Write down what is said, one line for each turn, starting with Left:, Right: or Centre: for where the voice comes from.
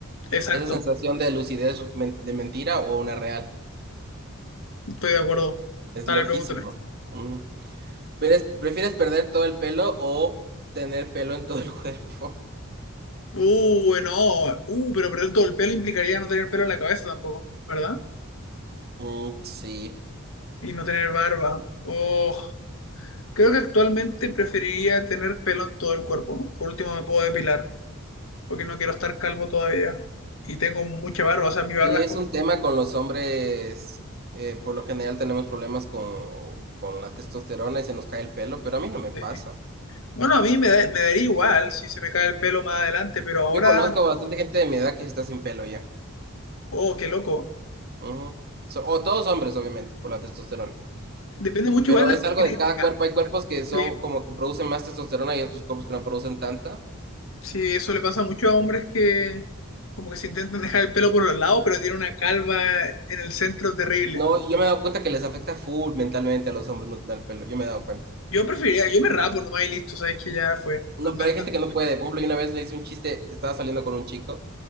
Left: Exacto,
Right: Esa sensación de lucidez men- de mentira o una real.
Left: estoy de acuerdo.
Right: Es
Left: Dale,
Right: loquísimo.
Left: pregúntame.
Right: Mm. ¿Prefieres, prefieres perder todo el pelo o tener pelo en todo el cuerpo? <laughs>
Left: Uh, bueno, uh, pero perder todo el pelo implicaría no tener pelo en la cabeza tampoco, ¿verdad?
Right: Mm, sí.
Left: Y no tener barba. Oh, creo que actualmente preferiría tener pelo en todo el cuerpo. Por último, me puedo depilar, porque no quiero estar calvo todavía. Y tengo mucha barba, o sea, mi barba
Right: Sí,
Left: es
Right: es
Left: como...
Right: un tema con los hombres. eh, por lo general tenemos problemas con, con la testosterona y se nos cae el pelo, pero a mí no me
Left: eh,
Right: pasa.
Left: Bueno, a mí me, da- me daría igual si se me cae el pelo más adelante, pero ahora,
Right: Yo conozco bastante gente de mi edad que sí está sin pelo ya.
Left: oh, qué loco.
Right: Ujú. So- o todos hombres, obviamente, por la testosterona.
Left: Depende mucho
Right: Pero
Left: igual de
Right: es
Left: la
Right: algo
Left: genética.
Right: de cada cuerpo. Hay cuerpos que son
Left: Sí,
Right: como que producen más testosterona y otros cuerpos que no producen tanta.
Left: sí, eso le pasa mucho a hombres que como que se intentan dejar el pelo por los lados, pero tiene una calva en el centro terrible.
Right: No, yo me he dado cuenta que les afecta full mentalmente a los hombres no tener pelo. Yo me he dado cuenta.
Left: Yo preferiría, yo me rapo nomás y listo, sabes que ya fue.
Right: No,
Left: No intento-
Right: pero hay gente que no puede. Por ejemplo, yo una vez le hice un chiste, estaba saliendo con un chico